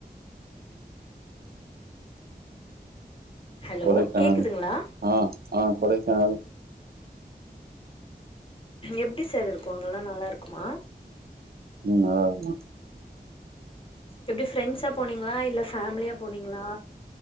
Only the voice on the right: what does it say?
கொடைக்கானல்
ஆ ஆ கொடைக்கானல்
உம் நல்லா இருக்கும்